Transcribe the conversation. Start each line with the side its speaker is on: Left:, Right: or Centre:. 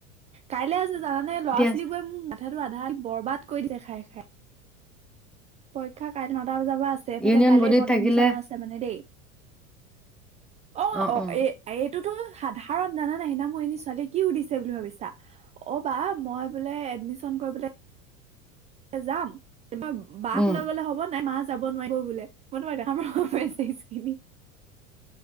Right: কাইলৈ আছে জানানে ল'ৰা ছোৱালীবোৰে
Centre: আছে?
Right: মোক মাথাটো আধা বৰবাদ। কৈ দিয়া খাই খাই। পৰীক্ষা কাইলে নটা বজাৰ পৰা আছে এফালে
Centre: ইউনিয়ন
Right: কাইলে
Centre: বডিত থাকিলে
Right: এডমিশনো আছে মানে দেই। অঁ
Centre: অ
Right: অঁ
Centre: অ
Right: এই এইটোতো সাধাৰণ জানানাই সেইদিনাখন মোৰ এজনী ছোৱালীয়ে কি সুধিছে বুলি ভাবিছা অঁ বা মই বোলে এডমিশন কৰিবলে। এ যাম বাক
Centre: উম।
Right: লৈ গ'লে হ'ব নাই মা যাব নোৱাৰিব বোলে আম লগত পৰে ষ্টেজখিনি